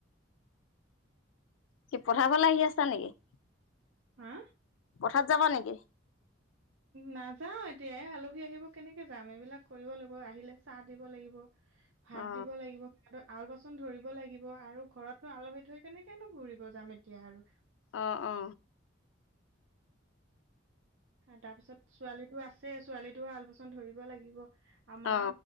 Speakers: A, on the left (about 80°); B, on the right (about 80°).
A: কি পথাৰৰ ফালে আহি আছা নেকি
B: হা
A: পথাত যাবা নেকি
B: নাযাও এতিয়াই আলহী আহিব কেনেকে যাম এইবিলাক কৰিব লাগিব আহিলে চাহ দিব লাগিব ভাত
A: অ
B: দিব লাগিব হিহ আল বাচন ধৰিব লাগিব আৰু ঘৰতনো আলহি থৈ কেনেকেনো ঘুৰিব যাম এতিয়া আৰু
A: অ অ
B: তাৰপিছত ছোৱালীটো আছে ছোৱালীটো আলপচন ধৰিব লাগিব আ মা
A: অ